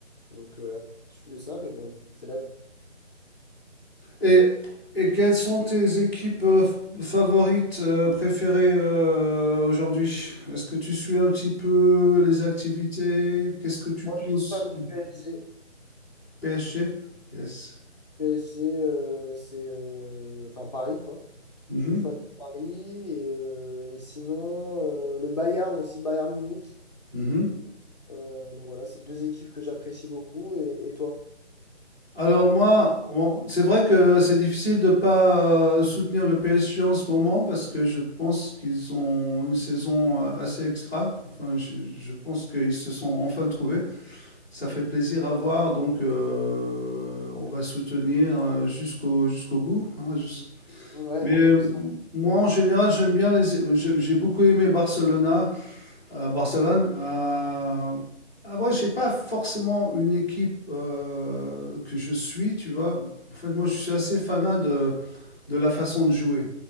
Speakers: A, on the left (about 35°); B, in the centre.
A: Donc euh, un peu de ça, mais bon, c'est la vie.
B: Et, et quelles sont tes équipes euh, f- favorites, euh, préférées euh, aujourd'hui? Est-ce que tu suis un petit peu les activités? Qu'est-ce que tu
A: Moi,
B: penses
A: je suis fan du
B: du
A: PSG.
B: PSG? Yes.
A: PSG, euh, c'est euh, enfin Paris, quoi.
B: Mhm,
A: Je suis fan de Paris. Et, euh, et sinon, euh, le Bayern aussi, Bayern Munich.
B: mhm.
A: Euh, donc voilà, c'est deux équipes que j'apprécie beaucoup. Et, et toi?
B: Alors moi, bon, c'est vrai que c'est difficile de pas euh, soutenir le PSG en ce moment parce que je pense qu'ils ont une saison euh, assez extra. Enfin, je, je pense qu'ils se sont enfin trouvés. Ça fait plaisir à voir, donc euh, on va soutenir euh, jusqu'au jusqu'au bout. hein, jus-
A: Ouais,
B: Mais euh,
A: <laughs> c'est ça,
B: moi, en général, j'aime bien les. euh, J'ai j'ai beaucoup aimé Barcelona, euh, Barcelone. Euh, après, j'ai pas forcément une équipe euh, que je suis, tu vois. En fait, moi, je suis assez fanat de, de la façon de jouer.